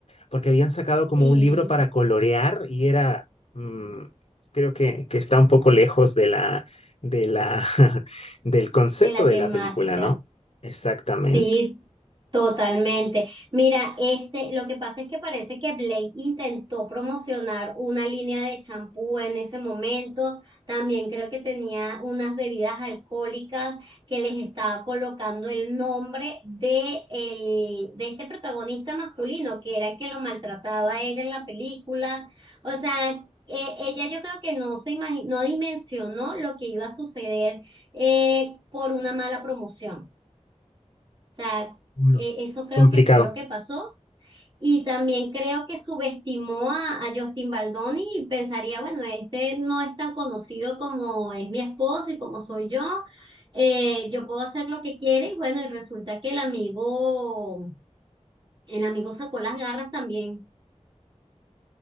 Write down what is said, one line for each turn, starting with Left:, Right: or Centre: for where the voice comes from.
Left: porque habían sacado como
Right: Sí,
Left: un libro para colorear y era, mm, creo que, que está un poco lejos de la, de la, <laughs> del concepto
Right: de la
Left: de
Right: temática.
Left: la película, ¿no? Exactamente.
Right: Sí, totalmente. Mira, este, lo que pasa es que parece que Blake intentó promocionar una línea de champú en ese momento. También creo que tenía unas bebidas alcohólicas que les estaba colocando el nombre de, el, de este protagonista masculino, que era el que lo maltrataba a ella en la película. O sea, eh, ella yo creo que no se imagi- no dimensionó lo que iba a suceder eh, por una mala promoción. O sea,
Left: No,
Right: e- eso creo
Left: complicado.
Right: que fue lo que pasó. Y también creo que subestimó a, a Justin Baldoni y pensaría, bueno, este no es tan conocido como es mi esposo y como soy yo. Eh, yo puedo hacer lo que quiera y bueno, y resulta que el amigo, el amigo sacó las garras también.